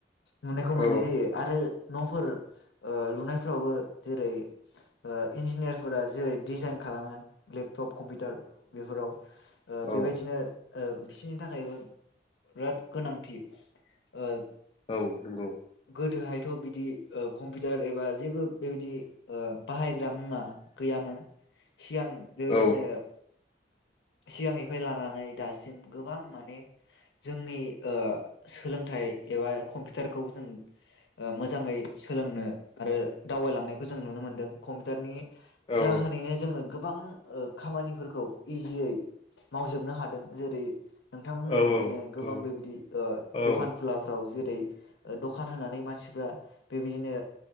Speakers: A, on the left; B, on the left.
A: नुनायखौ मोननाय
B: औ
A: जायो आरो न'फोर ओ लुनो फोरावबो जेरै ओ इन्जिनियार फोर जेरै डिजाइन खालामो लेप टप कम्पिउटार बेफोराव ओ
B: औ
A: बेबायदिनो ओ बिसोरनि थाखायबो बिराद गोनांथि ओ
B: औ नंगौ।
A: गोदो हायथ' बिदि ओ कम्पिउटार एबा जेबो बेबायदि ओ बाहायग्रा मुवा गैया मोन सिगां बेबायदिनो
B: औ
A: सिगां निफ्राय लानानै दासिम गोबां माने जोंनि ओ सोलोंथाइ एबा कम्पिउटारखौ जों ओ मोजाङै सोलोंनो आरो दावबाय लांनायखौ जों नुनो मोनदों कम्पिउटारनि
B: औ
A: जाहोनैनो जोङो गो गोबां ओ खामानि फोरखौ इज जियै मावजोबनो हादों जेरै नोंथां बुंनाय
B: औ
A: बायदिनो गोबां
B: औ
A: बेबायदि ओ
B: औ
A: दखान खुलाफ्राव जेरै ओ दखान होनानै मानसिफ्रा बेबाय दिनो